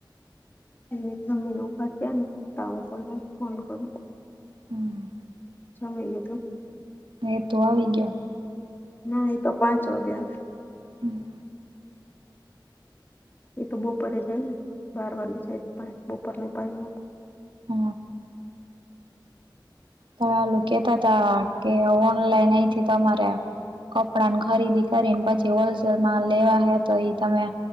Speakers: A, on the left; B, on the right.
A: એને જમીને ઉભા થાને સુતા હો ને લાવ ફોન કરું.
B: હમ્મ.
A: જમી લીધું જમી લીધું?
B: એ તો આવી ગયો.
A: ના એ તો પાંચ વાગ્યા આવે...
B: હમ્મ.
A: એ તો બપોરે જાય ને બાર વાગે જાયને પાંચ બોપર ની પાળીમાં
B: હ. હા ઓલુ કેતા તા કે ઓનલાઈન અહીંથી તમારે... કપડાને ખરીદી કરીને પછી હોલસેલમાં લેવા હે તો ઈ તમે...